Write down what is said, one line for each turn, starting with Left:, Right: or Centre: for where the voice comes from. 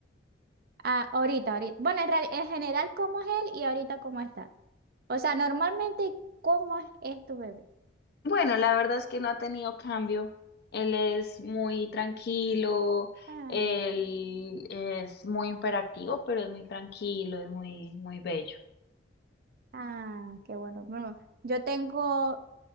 Right: Ah, ahorita, ahorita. Bueno, en, real- en general, ¿cómo es él y ahorita cómo está? O sea, normalmente, ¿cómo es, es tu bebé?
Left: Bueno, la verdad es que no ha tenido cambio. Él es muy tranquilo,
Right: Ah,
Left: él es muy imperactivo, pero es muy tranquilo, es muy, muy bello.
Right: ah, qué bueno. Bueno, yo tengo